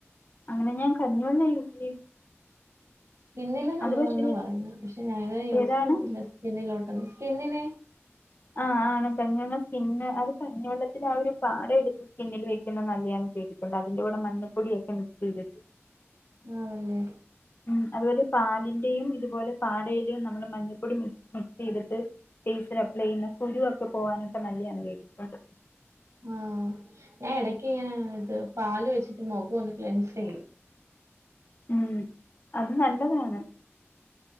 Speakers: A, on the left (about 45°); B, on the right (about 85°).
A: അങ്ങനെ ഞാൻ കഞ്ഞോള്ളേ യൂസിലി
B: സ്കിന്നിനും നല്ലതാന്നാ
A: പക്ഷേ
B: പറയുന്നത് പക്ഷെ ഞാനത് യൂസ്
A: ഏതാണ്
B: ചെയ്തിട്ടില്ല കിന്നിലോട്ടന്ന് സ്കിന്നിനെ
A: ആ ആണ കഞ്ഞി വെള്ളം സ്കിന്ന് അത് കഞ്ഞിവെള്ളത്തിന് ആ ഒരു പാറ എടുത്തു സ്കിന്നിൽ വെക്കുന്നുന്നത് നല്ലയാന്ന് കേട്ടിട്ടണ്ട് അതിന്റെ കൂടെ മഞ്ഞൊിയ ഒക്കെ മിക്സ് ചെയ്തിട്ട്
B: ആണല്ലേ
A: ഉം അതുപോലെ പാലിന്റെയും ഇതുപോലെ പാടയിലും നമ്മള് മഞ്ഞൾപ്പൊടി മിക്സി എടുത്ത് ഫെ സിൽ അപലൈ ചെയ്യുന്ന കുരുവൊക്കെ പോവാനൊക്കെ നല്ലാണ് കേട്ടിട്ടുണ്ട്
B: ആഹ ഞാൻ ഇടക്ക് ഇങ്ങനെ ഇത് പാല് വെച്ചിട്ട് മുഖം ഒന്ന് ക്ലെൻസ് ചെയ്യും
A: ഉം അത് നല്ലതാണ്